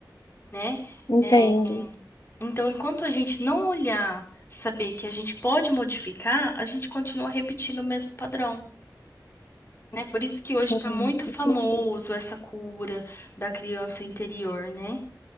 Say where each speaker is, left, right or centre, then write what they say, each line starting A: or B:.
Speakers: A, on the left (about 35°); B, on the left (about 70°).
A: né?
B: Entendo.
A: É, então, enquanto a gente não olhar, saber que a gente pode modificar, a gente continua repetindo o mesmo padrão. né? Por isso que
B: Sim,
A: hoje está muito
B: faz
A: famoso
B: sentido.
A: essa cura da criança interior, né?